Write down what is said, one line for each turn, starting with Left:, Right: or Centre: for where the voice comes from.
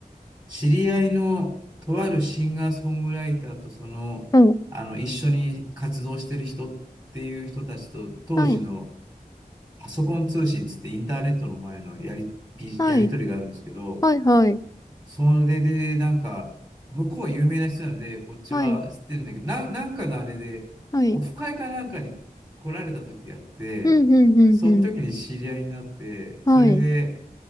Right: 知り合いのとあるシンガーソングライターとその、
Left: お、
Right: あの、一緒に活動してる人っていう人たちと、当時の
Left: はい、
Right: パソコン通信つってインターネットの前のやり、ピやりとりがあるんですけど、
Left: はい、はい、はい、
Right: それでなんか、向こうは有名な人なので、こっちは知ってるんだけど、
Left: はい、
Right: な、なんかのあれで、
Left: はい。
Right: オフ会かなんかに来られた時があって、
Left: うん、うん、うん、
Right: その時に知り合いになって、
Left: うん。はい。
Right: それで、